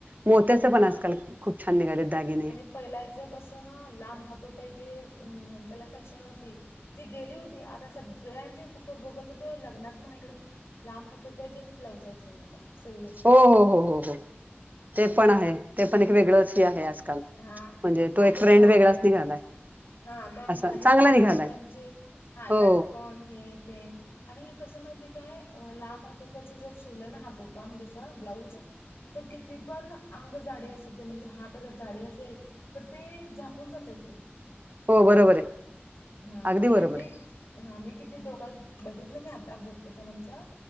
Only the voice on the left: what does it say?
हम्म
पहिलाचं कसं लांब हात पाह्यजे. अं पहिला फॅशन होती. ती गेली होती. आता सगळ्यांचे कुप भोगलत तर लग्नात म्हणा इकडे म्हणा - लांब हात रुपयाच ब्लाउज आहे सगळ आता सिवलेस
हा
आणि
ते मो
हा प
खाली
मोठ्या
मोठ्यांचे, हा लटकन
हे ते आणि कसं माहिती आहे का? लांब हातोप्याचं जर शिवलन हातोपा <unintelligible> ब्लाऊज तर किती पण अंग जाडी असू दे. म्हणजे हात जर जाडे असेल तर ते झाकून जात इकडं.
हा
नाही
म्हणजे,
हा मी किती दोघां जणा -बघितला मी आता भोरपूर जणांचा.